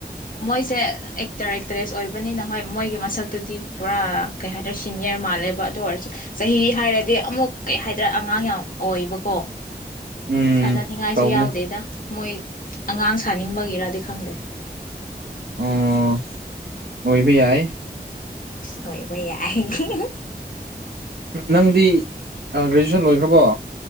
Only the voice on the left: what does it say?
ꯃꯣꯏꯁꯦ ꯑꯦꯛꯇꯔ ꯑꯦꯛꯇ꯭ꯔꯦꯁ ꯑꯣꯏꯕꯅꯤꯅ ꯍꯣꯏ ꯃꯣꯏꯒꯤ ꯃꯁꯛꯇꯨꯗꯤ ꯄꯨꯔꯥ ꯀꯩ ꯍꯥꯏꯇꯥꯔꯦ ꯁꯤꯅꯤꯌꯔ ꯃꯥꯜꯂꯦꯕ ꯑꯗꯨ ꯑꯣꯏꯔꯁꯨ ꯆꯍꯤ ꯍꯥꯏꯔꯗꯤ ꯑꯃꯨꯛ ꯀꯩ ꯍꯥꯏꯗ꯭ꯔꯥ ꯑꯉꯥꯡ ꯌꯥꯝ ꯑꯣꯏꯕꯀꯣ
ꯊꯥꯖꯅꯤꯡꯉꯥꯏꯁꯨ
ꯌꯥꯎꯗꯦꯗ ꯃꯣꯏ ꯑꯉꯥꯡ ꯁꯥꯅꯤꯡꯕꯒꯤꯔꯗꯤ ꯈꯪꯗꯦ
ꯑꯣꯏꯕ ꯌꯥꯏ <unintelligible>